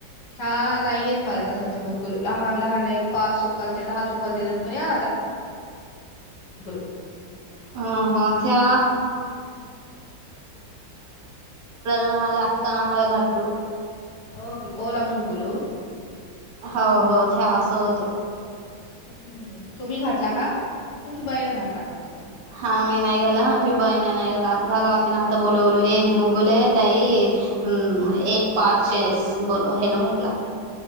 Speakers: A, on the left; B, on the right.
A: हा नाही येत मला तसांचे मग गुलू लहान लहान एक पाच चुक्कालचे दहा चुक्कालचे येतात पण त्या <unintelligible>
B: <unintelligible> गोळ्याला न हले अख्का न आ घाटलू
A: <unintelligible>
B: हो हो छ असं होत.
A: हम्म तुम्ही घातला का तुमच्या बाईने घातला कोणता?
B: हा मी नाही घाला माणझी बाई नाही नाही घला घाला वाच ना आता बोल बोलू एक मुगगुल आहे ताई हम्म एक पाचे बोल हेलो म्हटला.